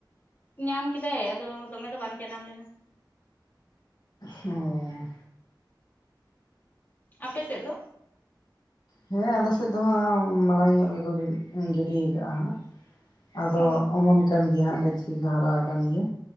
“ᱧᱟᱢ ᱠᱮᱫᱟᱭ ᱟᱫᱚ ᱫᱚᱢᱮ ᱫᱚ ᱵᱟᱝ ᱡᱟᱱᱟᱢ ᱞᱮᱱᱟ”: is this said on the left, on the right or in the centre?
Left